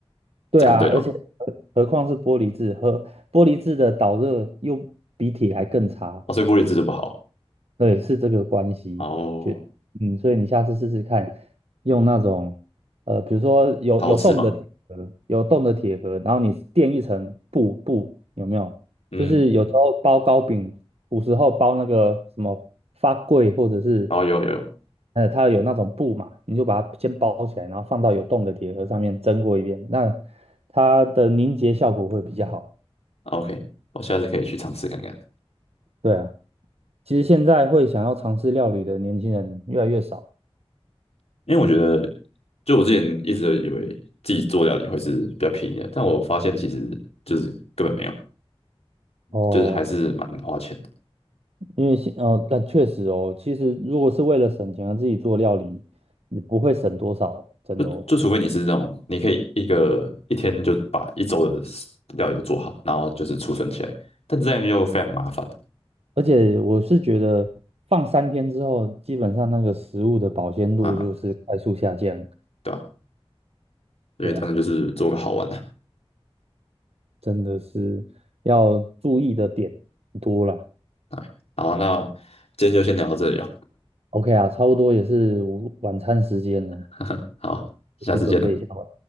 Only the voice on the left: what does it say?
这样是对的吗？
哦，所以玻璃制的不好
啊。哦，
陶瓷吗？
嗯，
然后有有有
，OK，我下次可以去尝试看看，
因为我觉得，就我之前一直都以为自己做料理会是比较便宜的，但我发现其实就是根本没有，
就是还是蛮花钱的。
就就除非你是那种你可以一个一天就把一周的料理都做好，然后就是储存起来，但这样又非常麻烦
啊，对吧？所以当然就是做个好玩的。
哎好，那今天就先聊到这里了，
<laughs>
好，下次见了，